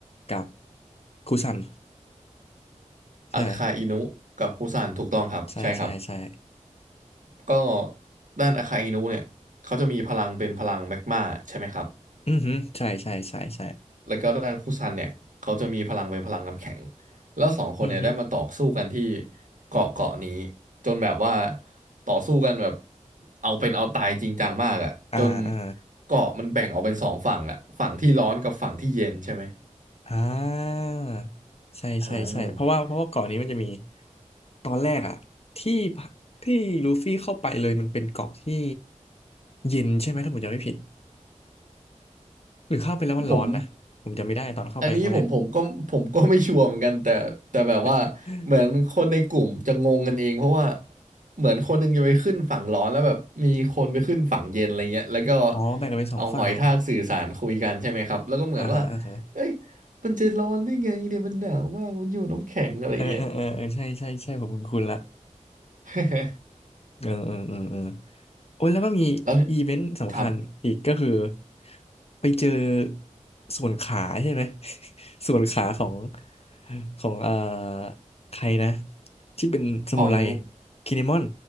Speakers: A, on the left; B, on the right.
A: กับคุซันใช่ไหม
B: อาคาอินุกับฮุซันถูกต้องครับใช่ครับ
A: ใช่ใช่ใช่
B: ก็ด้านอาคาอินุเนี่ยเขาจะมีพลังเป็นพลังแมกมาใช่ไหมครับ
A: อืมฮึใช่ใช่ใช่ใช่
B: แล้วก็ด้านคุซันเนี่ยเขาจะมีพลังเป็นพลังน้ำแข็งแล้วสองคนเนี่ยได้มาต่อสู้กันที่
A: อืมฮึ
B: เกาะเกาะนี้จนแบบว่าต่อสู้กันแบบเอาเป็นเอาตายจริงจังมากอ่ะจน
A: อ่าอ่า
B: เกาะมันแบ่งออกเป็นสองฝั่งอ่ะฝั่งที่ร้อนกับฝั่งที่เย็นใช่ไหม
A: อ่าใช่ใช่ใช่เพราะว่าเพราะว่าเกาะนี้มันจะมี
B: อ่า
A: ตอนแรกอะที่ที่ลูฟี่เข้าไปเลยมันเป็นเกาะที่เย็นใช่ไหมถ้าผมจำไม่ผิดหรือเข้าไปแล้วมันร้อนนะผมจำไม่ได้ตอนเข้าไปครั้งแรก
B: ผมอันนี้ผมผมก็ผมก็ไม่ชัวร์เหมือนกันแต่แต่แบบว่าเหมือนคนในกลุ่มจะงงกันเองเพราะว่า
A: <laughs>
B: เหมือนคนหนึงจะไปขึ้นฝั่งร้อนแล้วแบบมีคนไปขึ้นฝั่งเย็นอะไรเงี้ยแล้วก็
A: อ๋อแบ่งกันเป็นสองฝั่ง
B: เอาหอยทากสื่อสารคุยกันใช่ไหมครับแล้วก็เหมือนว่า
A: อ่าฮะ อ่าฮะ
B: เอ้ยมันจะร้อนได้ไงเนี่ยมันหนาวมากมันอยู่น้ำแข็งอะไรเงี้ย
A: เออเออเออเออใช่ใช่ใช่ผมคุ้นๆละ
B: <laughs>
A: เออเออเออเออโอ้ย แล้วก็มีอีเวนต์สำคัญอีกก็คือ
B: แล้วครับ
A: ไปเจอส่วนขาใช่ไหม <laughs> ส่วนขาของของเอ่อใครนะที่เป็นสมุไร
B: ของ
A: คิเนมอน